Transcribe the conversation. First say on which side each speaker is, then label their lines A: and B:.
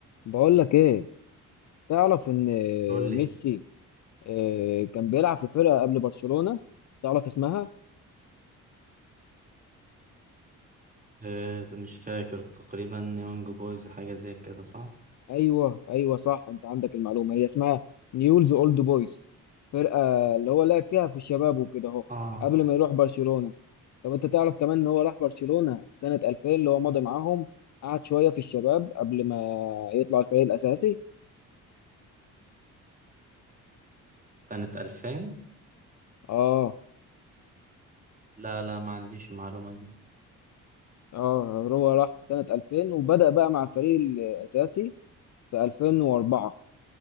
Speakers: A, on the left; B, on the right.
A: بقول لك ايه تعرف ان
B: قول لي
A: ميسي آه، كان بيلعب في فرقه قبل برشلونه تعرف اسمها
B: آه، مش فاكر تقريبا يونج بويز حاجة زي كده صح؟
A: ايوه ايوه صح انت عندك المعلومه هي اسمها نيولز اولد بويز فرقه اللي هو لعب فيها في الشباب وكده اهو
B: اه
A: قبل ما يروح برشلونه طب انت تعرف كمان ان هو راح برشلونه سنه 2000 اللي هو مضى معاهم قعد شويه في الشباب قبل ما يطلع الفريق الاساسي
B: سنة 2000
A: اه
B: لا لا ما عنديش المعلومة دي
A: اه هو راح سنه 2000 وبدأ بقى مع الفريق الاساسي في 2004